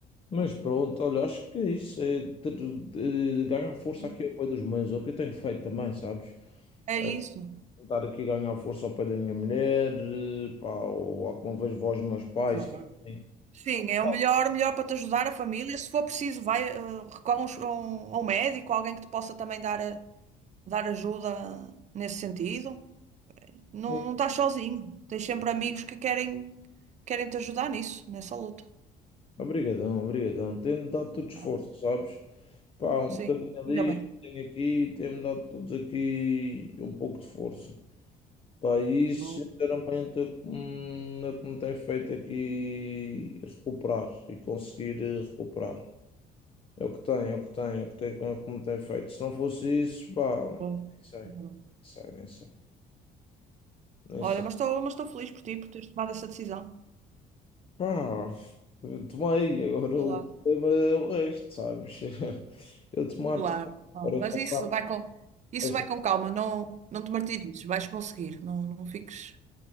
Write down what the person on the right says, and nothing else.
Hum.
É
isso.
Claro.
Sim, é
o melhor, melhor para te ajudar a família. Se for preciso, vai, uh, recorre a um, a um- a um médico, alguém que te possa também dar, uh, dar ajuda nesse sentido. Não,
não estás sozinho. Tens sempre amigos que querem, querem te ajudar nisso, nessa luta.
Ah,
Sim,
ainda bem.
Boa,
boa.
Ainda
bem.
Olha,
mas estou, mas estou feliz por ti, por teres tomado essa decisão.
Claro,
claro. Ah,
mas
isso
vai com, isso
vai com calma, não, não te martirizes, vais conseguir, não, não fiques,